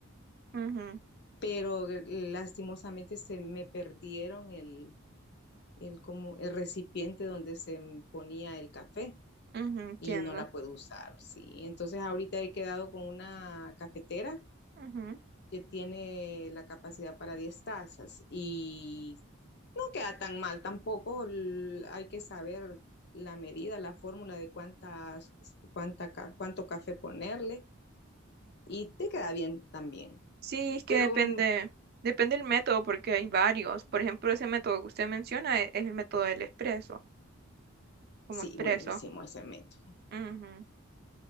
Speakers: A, on the right (about 45°); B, on the left (about 50°).
A: ujú,
B: Pero eh, lastimosamente se me perdieron el, el, como, el recipiente donde se m- ponía el café
A: ujú, entiendo.
B: y no la puedo usar, sí. Entonces ahorita he quedado con una cafetera
A: Ujú.
B: que tiene la capacidad para diez tazas y No queda tan mal tampoco, l- hay que saber la medida, la fórmula de cuántas, cuánta, ca- cuánto café ponerle y te queda bien también.
A: Sí, es que
B: Pero
A: depende,
B: mm,
A: depende del método porque hay varios. Por ejemplo, ese método que usted menciona e- es, el método del expreso, como
B: sí,
A: expreso.
B: buenísimo ese método.
A: Ujú.